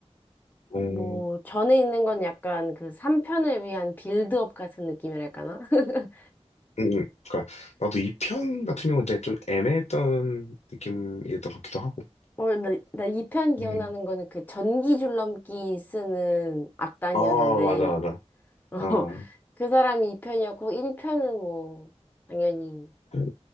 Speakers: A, on the left (about 75°); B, on the left (about 15°).
A: 음,
B: 뭐 전에 있는 건 약간 그 3편을 위한 빌드업 같은 느낌이랄까나? <laughs>
A: 음, 음. 그러니까 나도 이 편 같은 경우는 되게 좀 애매했던 느낌이었던 것 같기도 하고.
B: 어, 나, 나 2편 기억나는
A: 음.
B: 거는 그 전기 줄넘기 쓰는 악당이었는데,
A: 어, 맞아, 맞아.
B: <laughs> 어,
A: 어,
B: 그 사람이 2편이었고, 1편은 뭐, 당연히
A: 음,